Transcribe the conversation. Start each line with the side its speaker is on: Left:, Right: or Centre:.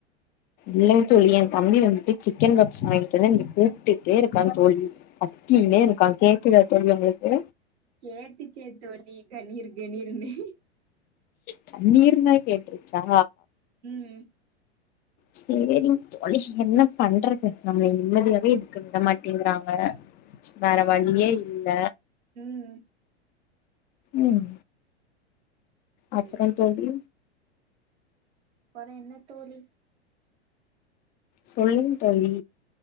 Left: இல்லங்க தோழி என் தம்பி வந்துட்டு சிக்கன் பப்ஸ் வாங்கிட்டு வந்து என்னய கூப்ட்டுட்டே இருக்கா தோழி கத்தின்னே இருக்கா கேக்குதா தோழி உங்களுக்கு
Right: கேட்டுச்சே தோழி கணீர் கணீர்னு
Left: தண்ணீர்னா கேட்ருச்சா
Right: ம்
Left: சேரிங் தோழி என்ன பண்றது நம்ம நிம்மதியாவே இருக்க விடமாட்டேங்குறாங்க வேற வழியே இல்ல
Right: ம்
Left: ம் அப்பற
Right: நீங்க
Left: தோழி
Right: வேற என்ன தோழி
Left: சொல்லுங்க தோழி